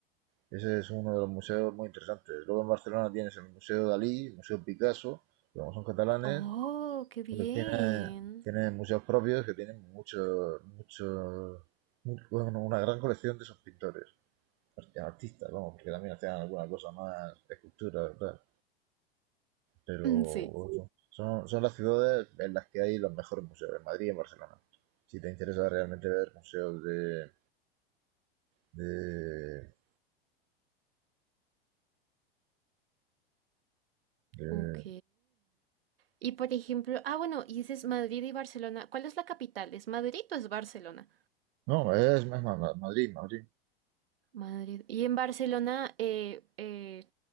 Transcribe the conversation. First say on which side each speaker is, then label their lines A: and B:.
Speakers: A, on the right; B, on the right.
A: ese es uno de los museos muy interesantes. Luego en Barcelona tienes el Museo Dalí, el Museo Picasso, que como son catalanes,
B: Oh, qué bien.
A: Pero tiene, tiene museos propios que tienen mucho, mucho, mu- bueno, una gran colección de esos pintores, art- artistas, vamos, porque también hacían alguna cosa más, esculturas, tal. Pero
B: Mm, Sí.
A: eso, son, son las ciudades en las que hay los mejores museos, en Madrid y en Barcelona. Si te interesa realmente ver museos de, de, de-
B: Ok. Y por ejemplo, ah, bueno, y dices Madrid y Barcelona. ¿Cuál es la capital? ¿Es Madrid o es Barcelona?
A: No, es, es más, Ma- Madrid, Madrid.
B: Madrid. Y en Barcelona eh, eh,